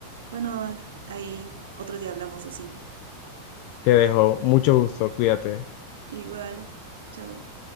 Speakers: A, on the right; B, on the left.
A: bueno, ahí otro día hablamos de cine.
B: Te dejo. Mucho gusto. Cuídate.
A: Igual, chao.